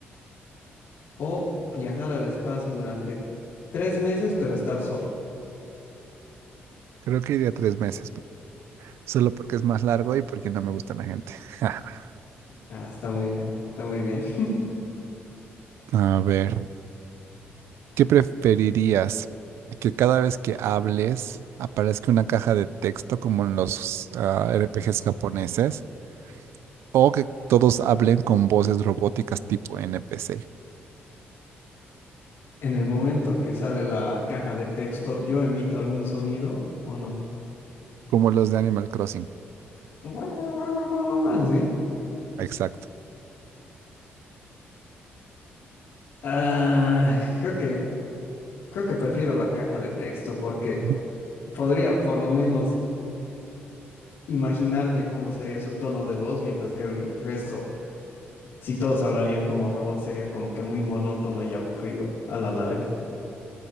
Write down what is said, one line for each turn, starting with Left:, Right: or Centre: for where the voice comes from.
Left: o viajar al espacio durante tres meses pero estar solo?
Right: Creo que iría tres meses. Solo porque es más largo y porque no me gusta la gente. <laughs>
Left: Ah, está muy bien, está muy bien. <laughs>
Right: A ver. ¿Qué preferirías? ¿Que cada vez que hables aparezca una caja de texto como en los ah, RPGs japoneses? ¿O que todos hablen con voces robóticas tipo NPC,
Left: En el momento que sale la caja de texto, ¿yo emito algún sonido o no?
Right: como los de Animal Crossing?
Left: <laughs> ¿Así?
Right: Exacto.
Left: Ah, creo que, creo que prefiero la caja de texto porque
Right: <laughs>
Left: podría por lo menos imaginarme cómo sería su tono de voz, mientras que el resto, si todos hablarían como robots, sería como que muy monótono y aburrido a la larga.